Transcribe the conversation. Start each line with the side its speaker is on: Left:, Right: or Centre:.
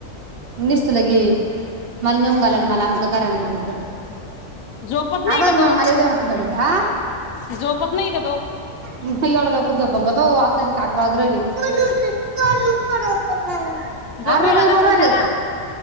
Right: निस्त लगीन मला नेऊन घालन मला मग करा ना मला
Left: झोपत
Right: हा
Left: नाही
Right: बास
Left: का तो
Right: मला लई नको देऊ मला आ
Left: झोपत नाही का तो
Right: मग एवढ्या लवकर झोपण का तो आताचे तर अकरा वाजून राहिले अरे राहुदे रे
Left: झोपी घालायच
Right: मी बोलुन
Left: ना
Right: राहिले
Left: त्याला